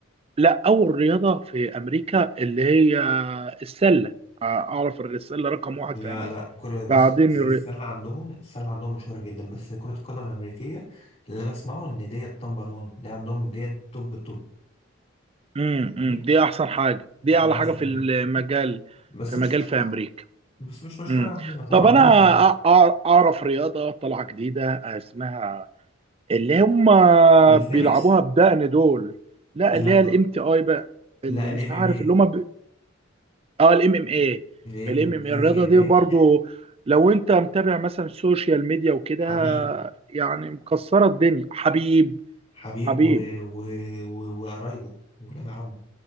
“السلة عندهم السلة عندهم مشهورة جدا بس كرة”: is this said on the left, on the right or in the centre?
Left